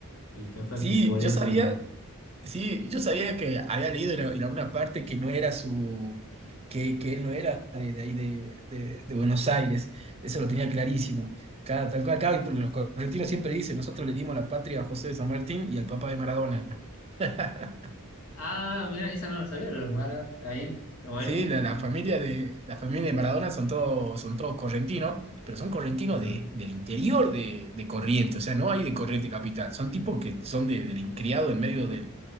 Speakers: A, on the left; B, on the right.
A: y capaz
B: Sí,
A: que por
B: yo
A: eso...
B: sabía,
A: eh.
B: sí, yo sabía que había leído en, en alguna parte que no era su, que, que él no era de, de ahí de, de- de Buenos Aires. Eso lo tenía clarísimo. Cada, tal cual, claro, y porque los correntinos siempre dicen, nosotros le dimos la patria a José de San Martín y al papá de Maradona. <laughs>
A: Ah, mira, esa no la sabía, pero Mara, está bien, está bueno.
B: Sí, la, la familia de la familia de Maradona son todos son todos correntinos, pero son correntinos
A: Ajá.
B: de, del interior de, de Corrientes, o sea, no hay de Corrientes capital, son tipos que son de, del criado en medio del,